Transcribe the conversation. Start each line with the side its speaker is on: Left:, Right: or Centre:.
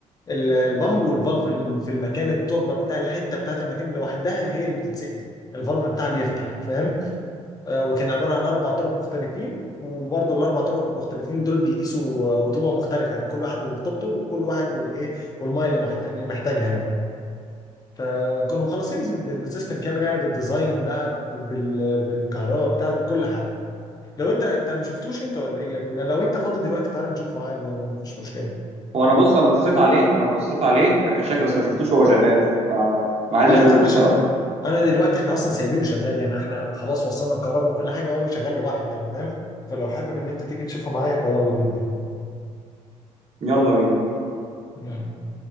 Left: ال- البامب والفالف ال- في المكان التربه بتاع الحته بتاعت المكان لوحدها هي اللي بتتسقي الفالف بتاعها بيفتح آه، وكان عبارة عن أربع تراب مختلفين وبرضه الأربع تراب المختلفين دول بيقيسوا آه، رطوبة مختلفة يعني كل واحد ورطوبته وكل واحد والإيه والمية اللي محت- اللي محتاجها يعني فكنا مخلصين الز- السيستم كامل يعني بالديزاين بقى ب- بال- بالكهرباء بتاعته بكل حاجة لو أنت أنت ما شفتوش أنت ولا إيه يا ابني لو أنت فاضي دلوقتي تعالى نشوفه عادي يعني مفيش مشكلة
Right: هو انا بص انا بصيت عليه انا بصيت عليه ك- كشكل بس ما شفتوش وهو شغال آه، انا عايز
Left: لا
Right: اشوفه
Left: تعالى
Right: الصراحه
Left: شغال أنا دلوقتي إحنا أصلا سايبينه شغال يعني إحنا خلاص وصلنا الكهرباء وكل حاجة هو شغال لوحده يعني فاهم فلو حابب إن أنت تيجي تشوفه معايا فيلا بينا
Right: يلا بينا
Left: يعني